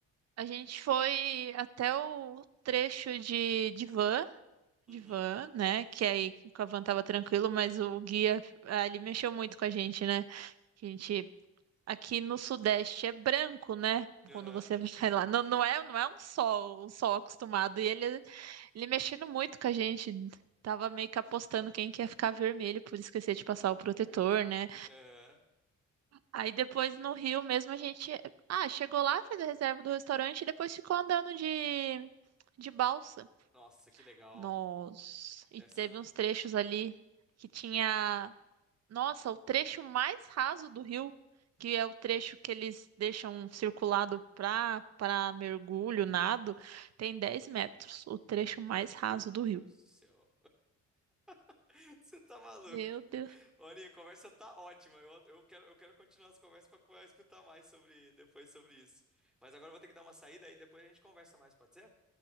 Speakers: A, on the right; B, in the centre.
A: A gente foi até o trecho de, de van, de
B: Uhum.
A: van, né? Que aí com a van tava tranquilo, mas o guia ah, ele mexeu muito com a gente, né? Que A gente aqui no Sudeste é branco, né?
B: Aham.
A: Quando você <laughs> vai lá, não, não é, não é um sol, um sol acostumado. E ele, ele mexendo muito com a gente. Tava meio que apostando quem que ia ficar vermelho por esquecer de passar o protetor, né?
B: Aham.
A: Aí depois no Rio mesmo a gente, ah, chegou lá, fez a reserva do restaurante e depois ficou andando de de balsa.
B: Nossa, que legal.
A: Nós.
B: Deve
A: E teve
B: ser. mu-
A: uns trechos ali que tinha. Nossa, o trecho mais raso do rio, que é o trecho que eles deixam circulado para para mergulho, nado, tem 10 metros. O trecho
B: Hum,
A: mais
B: Meu
A: raso do
B: Deus
A: rio.
B: do céu. <laughs> Você tá maluco?
A: Meu Deus.
B: Olha, a conversa tá ótima. Eu, eu quero, eu quero continuar essa conversa para escutar mais sobre depois sobre isso. Mas agora eu vou ter que dar uma saída aí depois a gente conversa mais, pode ser?